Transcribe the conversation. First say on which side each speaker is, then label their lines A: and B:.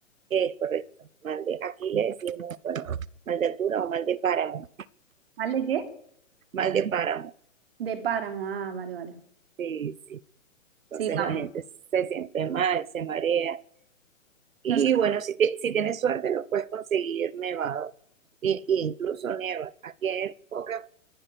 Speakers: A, on the right; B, on the right.
A: Es correcto, mal de, aquí le decimos, bueno, mal de altura o mal de páramo,
B: ¿Mal de qué?
A: mal de páramo,
B: De páramo, ah, vale, vale.
A: sí, sí. Entonces
B: Sí, vamos.
A: la gente se siente mal, se marea. Y
B: No sé,
A: bueno, si, te- si tienes suerte, lo puedes conseguir nevado. Y, y incluso nieva. Aquí hay pocas